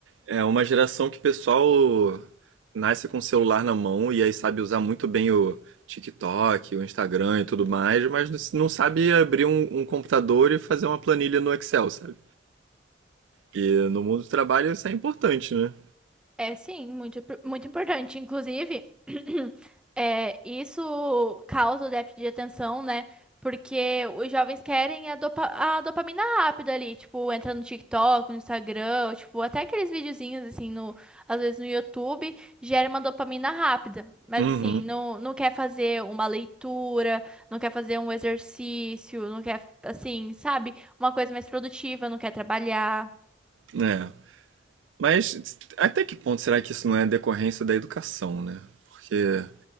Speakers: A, on the right; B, in the centre.
A: é uma geração que o pessoal nasce com o celular na mão e aí sabe usar muito bem o TikTok, o Instagram e tudo mais, mas não sabe abrir um, um computador e fazer uma planilha no Excel, sabe? E no mundo do trabalho isso é importante, né?
B: É sim, muito, muito importante. Inclusive, <clears throat> é, isso causa o déficit de atenção, né? Porque os jovens querem a, dopa- a dopamina rápida ali, tipo, entra no TikTok, no Instagram, ou, tipo, até aqueles videozinhos, assim, no, às vezes no YouTube, gera uma dopamina rápida. Mas,
A: Uhum.
B: assim, não, não quer fazer uma leitura, não quer fazer um exercício, não quer, assim, sabe? Uma coisa mais produtiva, não quer trabalhar.
A: É. Mas até que ponto será que isso não é decorrência da educação, né? Porque